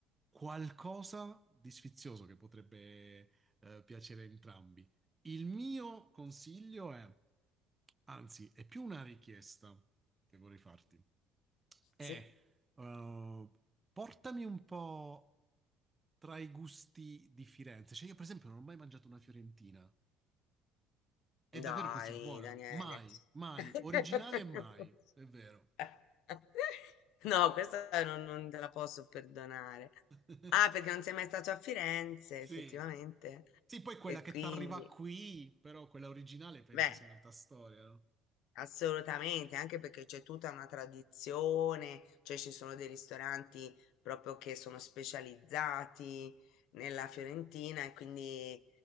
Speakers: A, on the right (about 20°); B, on the left (about 70°).
A: qualcosa di sfizioso che potrebbe eh, piacere a entrambi. Il mio consiglio è, anzi, è più una richiesta che vorrei farti. Eh,
B: Sì?
A: eh, portami un po' tra i gusti di Firenze. Cioè, io, per esempio, non ho mai mangiato una fiorentina. È davvero
B: Dai,
A: così buona?
B: Daniele.
A: Mai, mai.
B: <laughs>
A: Originale, mai. È vero.
B: <laughs> No, questa non, non te la posso perdonare.
A: <laughs>
B: Ah, perché non sei mai stato a Firenze,
A: Sì.
B: effettivamente.
A: Sì, poi quella
B: E
A: che
B: quindi,
A: ti arriva qui, però quella originale penso
B: beh.
A: sia un'altra storia, no?
B: Assolutamente, anche perché c'è tutta una tradizione, cioè ci sono dei ristoranti proprio che sono specializzati nella Fiorentina e quindi